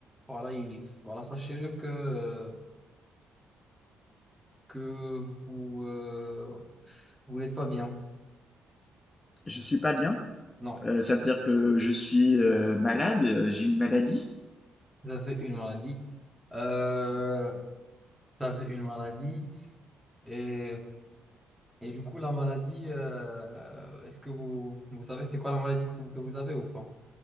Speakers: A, in the centre; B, on the left (about 25°).
A: voilà, il- voilà, sachez-le que euh, que vous euh, vous n'êtes pas bien.
B: Je suis pas bien.
A: Non.
B: Euh, ça veut dire que je suis euh, malade, euh, j'ai une maladie.
A: vous avez une maladie. Euh, Vous avez une maladie. Et, et du coup, la maladie, euh, est-ce que vous, vous savez c'est quoi la maladie que vous, que vous avez ou pas?